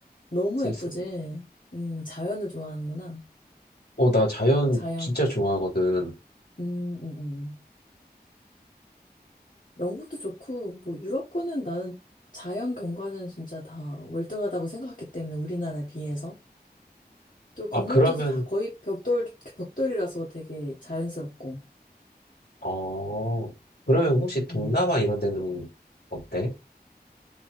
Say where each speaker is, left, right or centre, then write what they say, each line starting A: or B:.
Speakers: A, on the left; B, on the left.
A: 너무
B: 스위스.
A: 예쁘지. 음, 자연을 좋아하는구나.
B: 어나 자연
A: 자연.
B: 진짜 좋아하거든.
A: 음, 음, 음. 영국도 좋고 뭐 유럽 거는 나는 자연 경관은 진짜 다 월등하다고 생각했기 때문에 우리나라에 비해서 또 건물들도
B: 아 그러면
A: 다 거의 벽돌 벽돌이라서 되게 자연스럽고.
B: 어 그러면 혹시 동남아
A: 음.
B: 이런 데는 어때?